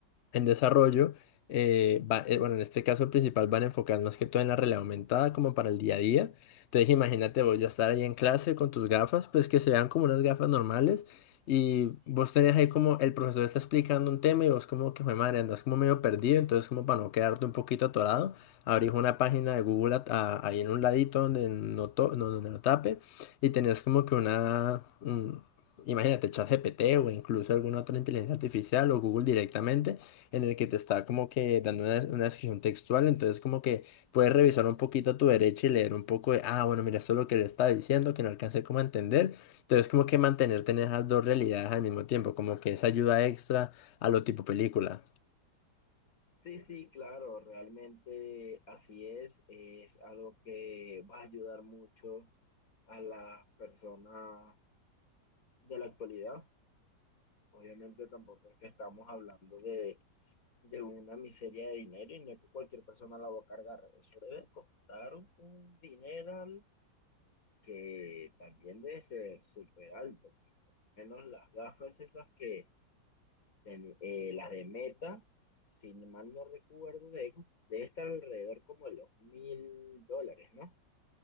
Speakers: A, on the left (about 65°); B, on the left (about 50°).
A: en desarrollo, eh, va- eh, bueno, en este caso principal van enfocadas más que todo en la realidad aumentada como para el día a día. Entonces imagínate vos ya estar ahí en clase con tus gafas, pues que sean como unas gafas normales y vos tenés ahí como el profesor está explicando un tema y vos como que, "Jue madre, andas como medio perdido, entonces como para no quedarte un poquito atorado, abrís una página de Google a- a- ahí en un ladito donde no, to- no, donde no tape y tenés como que una... un- Imagínate, ChatGPT o incluso alguna otra inteligencia artificial o Google directamente en el que te está como que dando una, una descripción textual, entonces como que puedes revisar un poquito a tu derecha y leer un poco de, ah, bueno, mira, esto es lo que le está diciendo, que no alcancé como a entender, entonces como que mantenerte en esas dos realidades al mismo tiempo, como que esa ayuda extra a lo tipo película.
B: Sí, sí, claro, realmente así es. Es algo que va a ayudar mucho a las personas de la actualidad. Obviamente tampoco es que estamos hablando de, de una miseria de dinero y no es que cualquier persona la va a cargar. Eso debe costar un, un dineral que también debe ser súper alto, porque por lo menos las gafas esas que, ten- eh, las de Meta, si mal no recuerdo, de- debe estar alrededor como de los mil dólares, ¿no?